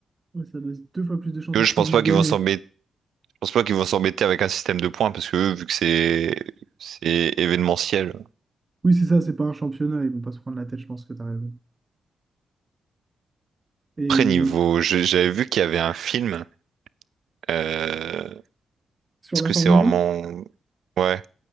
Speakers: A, on the right (about 30°); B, on the right (about 75°).
A: Ouais, ça laisse deux fois plus de chances
B: Eux,
A: à Squeezie
B: je pense pas
A: de gagner.
B: qu'ils vont s'embêter, je pense pas qu'ils vont s'embêter avec un système de points parce que eux, vu que c'est, c'est événementiel.
A: Oui, c'est ça, c'est pas un championnat. Ils vont pas se prendre la tête, je pense que tu as raison. Et
B: Après, niveau, je- j'avais vu qu'il y avait un film. euh,
A: sur
B: est-ce
A: la
B: que
A: Formule
B: c'est vraiment...
A: 1,
B: Ouais,